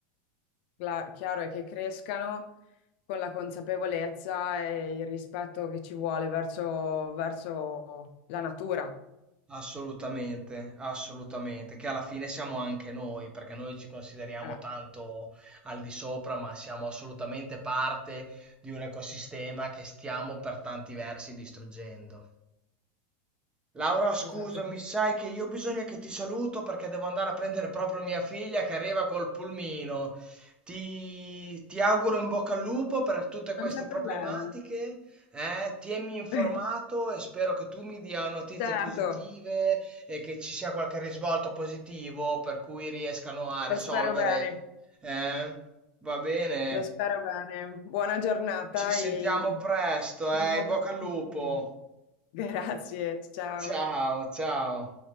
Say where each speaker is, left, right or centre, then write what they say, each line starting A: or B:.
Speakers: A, on the left (about 65°); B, on the right (about 15°).
A: la- chiaro è che crescano con la consapevolezza e il rispetto che ci vuole verso, verso la natura.
B: Assolutamente, assolutamente, che alla fine siamo anche noi, perché noi ci consideriamo
A: Ah,
B: tanto al di sopra, ma siamo assolutamente parte di un ecosistema che stiamo per tanti versi distruggendo. Laura, scusami,
A: esatto.
B: sai che io bisogna che ti saluto perché devo andare a prendere proprio mia figlia che arriva col pulmino. Ti, ti auguro in bocca al lupo per tutte queste
A: Non c'è
B: problematiche,
A: problema.
B: eh? Tienimi informato
A: <laughs>
B: e spero che tu mi dia notizie
A: Certo,
B: positive e che ci sia qualche risvolto positivo per cui riescano a risolvere.
A: lo spero bene.
B: eh? Va bene,
A: Lo spero bene. Buona giornata
B: ci sentiamo
A: e ci
B: presto,
A: vediamo
B: eh? In bocca
A: prestissimo.
B: al lupo.
A: <laughs> Grazie, ciao.
B: Ciao, ciao.